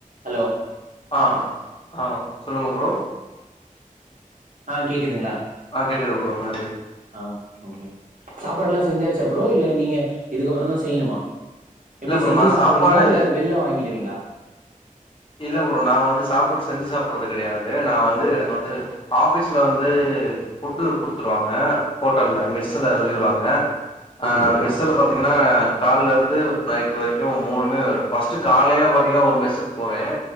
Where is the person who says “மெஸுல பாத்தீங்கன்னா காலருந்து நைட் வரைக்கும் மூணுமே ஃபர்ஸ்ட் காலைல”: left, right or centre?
Left